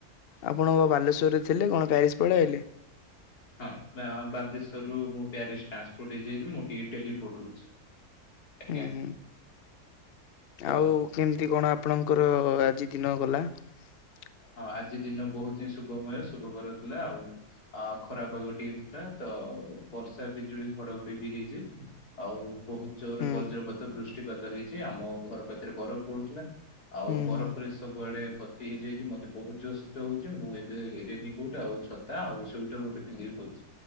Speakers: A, on the left; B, on the left.
A: ଆପଣଙ୍କ ବାଲେଶ୍ଵରରେ ଥିଲେ କଣ ପ୍ୟାରିସ ପଳେଇ ଆଇଲେ?
B: ହଁ ବାଲେଶ୍ଵର ରୁ ମୁଁ ପ୍ୟାରିସ ଟ୍ରାନ୍ସପୋର୍ଟ ହେଇଯାଇଛି ମୁଁ ଟିକେ ଟେଲିପୋର୍ଟ ହଉଛି। ଆଜ୍ଞା
A: ହୁଁ, ହୁଁ,
B: ତ
A: ଆଉ କେମିତି କଣ--? ଆପଣଙ୍କର ଆଜି ଦିନ ଗଲା ।
B: ହଁ, ଆଜି ଦିନ ବହୁତ ହିଁ ଶୁଭମୟ, ଶୁଭ କରର ଥିଲା ଆଉ ଖରାପାଗ ଟିକେ ଥିଲା ତ, ବର୍ଷା ବିଜୁଳି ଘଡଘଡି ବି ଛି ଆଉ ବହୁତ ଜୋରରେ
A: ହୁଁ
B: ବଜ୍ରପାତ ବୃଷ୍ଟିପାତ ହେଇଛି, ଆମ ଘର ପାଖରେ ବରଫ ପଡୁଥିଲା, ଆଉ
A: ହୁଁ
B: ବରଫରେ
A: ହୁଁ।
B: ସବୁଆଡେ ଭର୍ତ୍ତି ହେଇଯାଇଛି ମ ବହୁତ ଜୋର ଶୀତ ହଉଛି, ମୁଁ ଏବେ ରେନକୋଟ ଆଉ ଛତା ଆଉ ସ୍ଟଟର ଗୋଟେ ପିନ୍ଧିକି ବୁଲଛି,